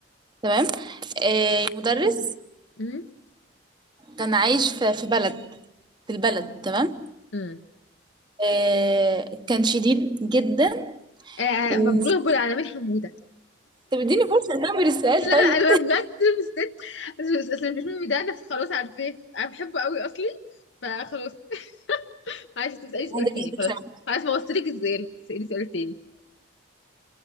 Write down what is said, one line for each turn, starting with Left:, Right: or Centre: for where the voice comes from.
Right: تمام آه مدرس
Left: مم.
Right: كان عايش في في بلد في البلد تمام
Left: مم.
Right: آه كان شديد جدا
Left: آه،
Right: وفي...
Left: مبروك أبو العلمين حمودة
Right: طب اديني فرصه اكمل السؤال
Left: لا
Right: طيب
Left: لا انا بجد مستني اصل أصل مش ميمي ده انا خلاص عارفاه انا بحبه قوي اصلي فخلاص <laughs> معلش انت بتسالي سؤال
Right: <laughs> عندك
Left: تاني
Right: عندك
Left: خلاص
Right: سؤال.
Left: خلاص ما وصلتلك ازاي بس اسالي سؤال تاني